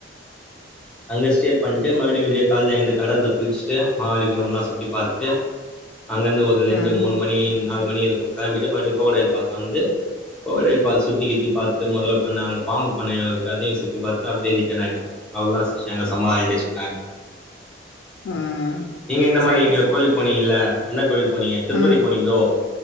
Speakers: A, in the centre; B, on the left (about 85°).
A: அங்க ஸ்டே பண்ட்டு மறுபடியு விடியகால்ல எழ்ந்து கடல்ல குளிச்சி ட்டு மாகபலிபுரம்ல்லா சுத்தி பாத்துட்டு அங்கர்ந்து ஒரு ரெண்டு
B: ம்
A: மூணு மணி நாலு மணி இருக்கு கிளம்பிட்டு மறுபடியு கோடைல் பார்க் வந்து கோடைல் பார்க் சுத்தி கித்தி பாத்துட்டு முதல பண்ண அங்க பாம்பு பண்ணயு இருக்கு அதையு சுத்தி பாத்துட்டு அப்டியே ரிட்டன் ஆய்ட்டோ அவ்ள் தா சிஸ்டர் எங்க சம்மர் ஹாலிடேஸ் பிளான்
B: ம்
A: நீங்க இந்த
B: சரி
A: மாரி எங்யோ
B: சரி
A: கோயில் போனீங்கல்ல என்ன கோயில் போனீங்க திருப்பதி
B: ம்
A: போனீங்ளோ